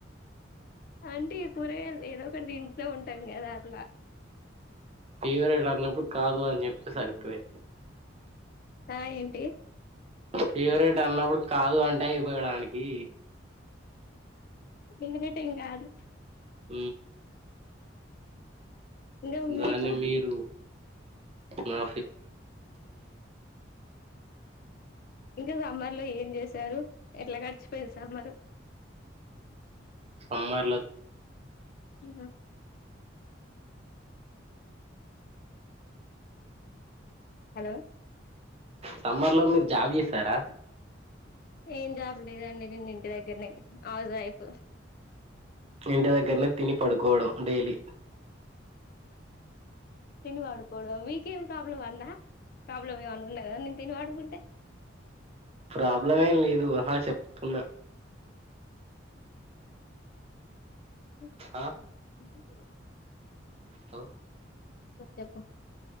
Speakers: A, on the left; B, on the right.
A: అంటే కూరగాయ ఏదో ఒకటి తింటతూ ఉంటాం కదా అట్లా
B: ఫేవరెట్ అన్నప్పుడు
A: ర
B: కాదు అని చెప్తే సరిపోయే
A: మన ఆ ఏంటి
B: ఫేవరెట్ అన్నప్పుడు కాదు అంటే ఇపోయడానికి
A: ఫేవరెట్ ఇం అదు
B: హ
A: ఇంకా
B: దాన్ని
A: మీకు
B: మీరు మా
A: ఇంకా సంబ లో ఏం చేశారు ఎట్లా గడిచిపో సా మరు
B: సోమవార్లో
A: ఇక హలో
B: సమ్మర్ లో మీరు జాబ్ చేస్తారా
A: ఏం జాబ్ లేదండి నేను ఇంటి దగ్గరనే హౌస్ వైఫ్
B: ఇంటి దగ్గరనే తిని పడుకోవడం డైలీ
A: తిని వాడుకోడ వీకేం ప్రాబ్లం అన్న ప్రాబ్లమ్ ఏమైన్నా ఉన్నాయి కదా నేను తినివాడుకుంటే <inaudible>
B: ప్రాబ్లం ఏం లేదుహా చెప్తున్నా
A: <unintelligible>
B: ఆ హలో
A: స చెప్ప